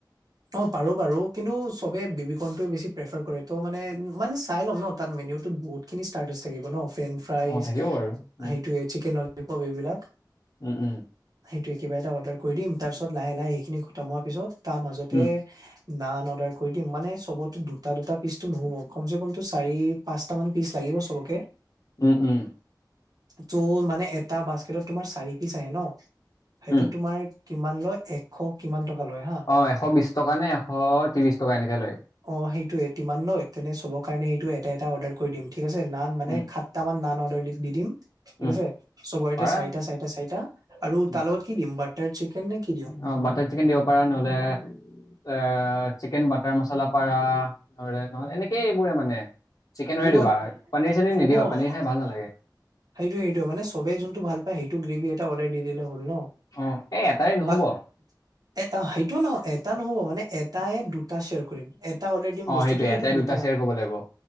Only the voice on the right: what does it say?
অ' পাৰো বাৰু কিন্তু চবে বিবীকৰ্ণটোয়ে বেছি প্ৰেফাৰ কৰে ত' মানে মানে চাই ল'ম ন' তাত মেনিউটোত বহুত খিনি ষ্টাৰ্টাচ থাকিব ন' ফেন ফ্ৰাইচ
সেইটোৱে চিকেন ললিপপ এইবিলাক
সেইটোৱে কিবা এটা অৰ্ডাৰ কৰি দিম তাৰ পিছত লাহে লাহে সেইখিনি খতম হোৱাৰ পিছত তাৰ মাজতে
নান অৰ্ডাৰ কৰি দিম মানে চবত দুটা দুটা পিচতটো নহ'ব কমচে কমটো চাৰি পাঁচটামান পিচ লাগিব চবকে,
ত' মানে এটা বাস্কেটত তোমাৰ চাৰি পিচ আহে ন' সেইটো
তোমাৰ কিমান লয় এক শ কিমান টকা লয় হা।
অ' সেইটোয়ে তিমান লয় তেনে চবৰ কাৰণে সেইটো এটা এটা অৰ্ডাৰ কৰি দিম ঠিক আছে, নান মানে
সাতটা মান নান অৰ্ডাৰ দি- দি দিম। ঠিক
আছে চবৰেতে
চাৰিটা, চাৰিটা, চাৰিটা আৰু
তাৰ লগত কি দিম বাটাৰ চিকেন নে কি দিও
হ'ব
হ'ব
সেইটো সেইটো মানে চবেই যোনটো ভাল পায় সেইটো গ্ৰেভি এটা দি দিলে ন।
বা এ সেইটোও নহয় এটা নহ'ব মানে এটাই দুটা শ্বেয়াৰ কৰিম। এটা অৰ্ডাৰ দিম
বস্তুটো
সেইটো
দুটা
বনাম।